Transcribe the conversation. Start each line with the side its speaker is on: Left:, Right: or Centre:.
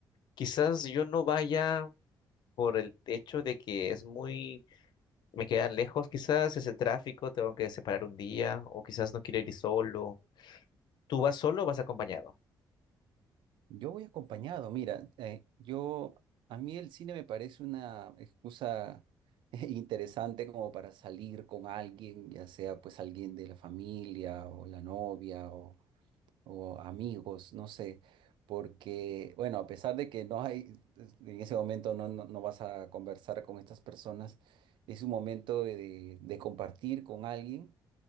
Left: Quizás yo no vaya por el hecho de que es muy me queda lejos, quizás es el tráfico, tengo que separar un día, o quizás no quiero ir solo. ¿Tú vas solo o vas acompañado?
Right: yo voy acompañado, mira, eh, yo, a mí el cine me parece una excusa <laughs> interesante como para salir con alguien, ya sea pues alguien de la familia o la novia o o amigos, no sé, porque, bueno, a pesar de que no hay, en ese momento no, no, no vas a conversar con estas personas, es un momento de, de- de compartir con alguien